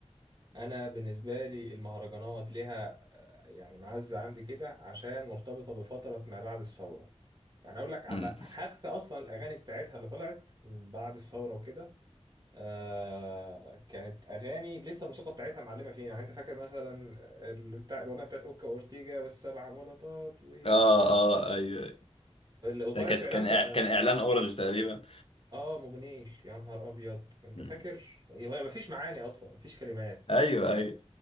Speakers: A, on the right; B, on the left.
A: انا بالنسبه لي المهرجانات ليها آه، يعني معزه عندي كده عشان مرتبطه بفتره ما بعد الثوره يعني اقول لك على
B: أمم.
A: حتى اصلا الاغاني بتاعتها اللي طلعت بعد الثوره وكده آه كانت اغاني لسه الموسيقى بتاعتها معلمه فينا يعني انت فاكر مثلا اللي بتاع الاغنيه بتاعت اوكا اورتيجا والسبع بلاطات واللم
B: اه اه ايوه أيوه.
A: وطلعت
B: ده كانت
A: في اعلان
B: كان
A: في
B: إع- كان اعلان اورنج تقريبا
A: اه موبينيل يا نهار ابيض انت
B: مم.
A: فاكر هو مفيش معاني اصلا مفيش كلمات
B: ايوه
A: بس
B: ايوه